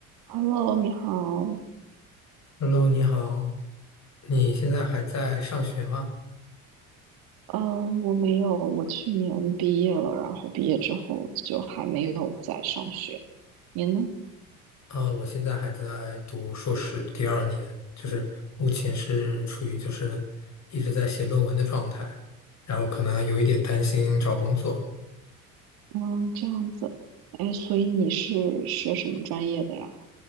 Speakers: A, on the right (about 55°); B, on the left (about 40°).
A: Hello，你好。
B: Hello，你好，你现在还在上学吗？
A: 嗯，我没有，我去年毕业了，然后毕业之后就还没有在上学。你呢？
B: 呃，我现在还在读硕士第二年，就是目前是处于就是一直在写论文的状态，然后可能还有一点担心找工作。
A: 嗯，这样子。哎，所以你是学什么专业的呀？